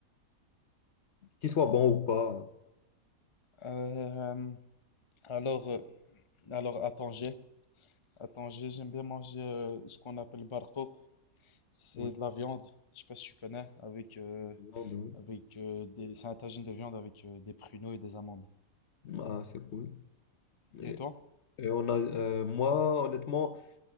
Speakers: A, on the left (about 55°); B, on the left (about 35°).
A: qu'il soit bon ou pas.
B: Euh, alors, euh, alors à Tanger, à Tanger, j'aime bien manger euh, ce qu'on appelle barcoq. C'est
A: Ouais.
B: de la viande. Je sais pas si tu connais, avec euh,
A: Viande, oui.
B: avec euh, des, c'est un tagine de viande avec euh, des pruneaux et des amandes.
A: Ah, c'est cool. Et,
B: Et toi?
A: et on a, euh, moi, honnêtement,